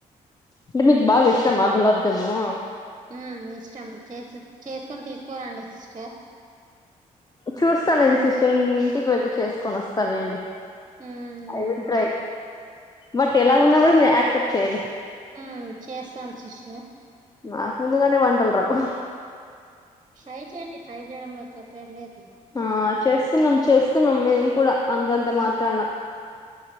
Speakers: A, on the left; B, on the right.
A: అంటే మీకు బాగా ఇష్టమా గులాబ్ జాము.
B: హ్మ్మ్ ఇష్టం చేస్ చేసుకొని తీసుకోలండి సిస్టర్
A: చూస్తాలేండి సిస్టర్ ఇంటికి వెళ్తే చేసుకొని వస్తాలేండి
B: um
A: I will try. But ఎలా ఉన్నా కూడా మీరు యాక్సెప్ట్ చేయాలి
B: హ్మ్మ్ చేస్తాను సిస్టర్
A: నాకు ముందుగానే వంటలు రావు
B: ట్రై చేయండి ట్రై చేయడంలో తప్పేం లేదు
A: ఆ చేస్తున్నాం చేస్తున్నాం మేము కూడా అంతంత మాత్రాన